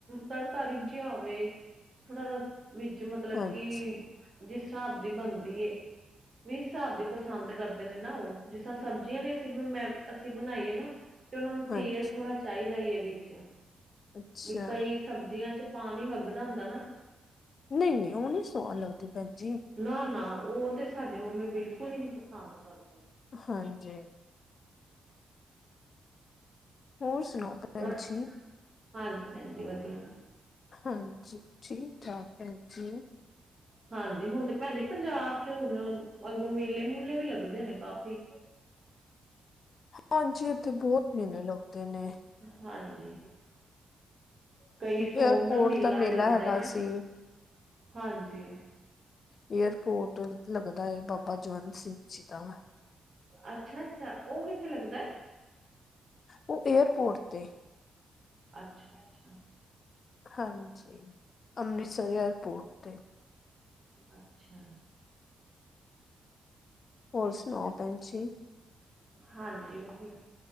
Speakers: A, on the right; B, on the left.
A: ਤੜਕਾ ਰਿਜਿਆ ਹੋਵੇ ਥੋੜਾ ਰਸ ਵਿੱਚ ਮਤਲਬ
B: ਹਾਂਜੀ-ਹਾਂ
A: ਕਿ ਜਿਸ ਸਾਬ ਦੀ ਬਣਦੀ ਏ ਜਿਸ ਸਾਬ ਦੀ ਪਸੰਦ ਕਰਦਾ ਨੇ ਨਾ ਉਹ ਜਿਸਰਾ ਸਬਜ਼ੀਆਂ ਵੀ ਅਸੀਂ ਮ ਅਸੀਂ ਬਣਾਈਏ ਨਾ ਤੇ ਉਹਨਾਂ ਨੂੰ ਤੇਲ
B: ਹਾਂਜੀ
A: ਥੋੜ੍ਹਾ ਚਾਹੀਦਾ ਹੀ ਹੈ ਵਿੱਚ
B: ਅੱਛਾ
A: ਵੀ ਕਈ ਸਬਜ਼ੀਆਂ ਚ ਪਾਣੀ ਵੱਗਦਾ ਹੁੰਦਾ ਨਾ
B: ਨਈ-ਨਈ ਉਹ ਨੀ ਸੁਆਦ ਲਗਦੀ ਭੈਣ ਜੀ।
A: ਨਾ-ਨਾ ਉਹ ਤੇ ਸਾਡੇ ਮੰਮੀ ਬਿਲਕੁਲ ਹੀ ਨੀ ਪਸੰਦ ਕਰਦੇ।
B: ਹਾਂਜੀ ਹੋਰ ਸੁਣਾਓਣ ਭੈਣ
A: ਉਹ
B: ਜੀ।
A: ਹਾਂਜੀ ਭੈਣ ਜੀ ਵਧੀਆ।
B: ਹਾਂਜੀ ਠੀਕ-ਠਾਕ ਭੈਣ ਜੀ।
A: ਹਾਂਜੀ ਹੁਣ ਤੇ ਭੈਣ ਜੀ ਪੰਜਾਬ ਚ ਹੁਣ ਅੱਗੋਂ ਮੇਲੇ ਮੂਲੇ ਵੀ ਲੱਗਦੇ ਹੋਣੇ ਕਾਫ਼ੀ।
B: ਹਾਂਜੀ ਇੱਥੇ ਬਹੁਤ ਮਹੀਨੇ ਲੱਗਦੇ ਨੇ।
A: ਹਾਂਜੀ ਕਈ ਸੋਣ
B: ਏਅਰਪੋਰਟ
A: ਦਾ ਮੇਲਾ ਵੀ ਲੱਗਦਾ
B: ਹੈਗਾ
A: ਨਾ
B: ਸੀ।
A: ਹਾਂਜੀ।
B: ਏਅਰਪੋਰਟ ਲੱਗਦਾ ਏ ਬਾਬਾ ਜਵੰਤ ਸਿੰਘ ਜੀ ਦਾ।
A: ਅੱਛਾ-ਅੱਛਾ ਉਹ ਕਿੱਥੇ ਲੱਗਦਾ?
B: ਉਹ ਏਅਰਪੋਰਟ ਤੇ।
A: ਅੱਛਾ-ਅੱਛਾ
B: ਹਾਂਜੀ ਅੰਮ੍ਰਿਤਸਰ ਏਅਰਪੋਰਟ ਤੇ।
A: ਅੱਛਾ
B: ਹੋਰ ਸੁਣਾਓ ਭੈਣ ਜੀ
A: ਹਾਂਜੀ ਵਧੀਆ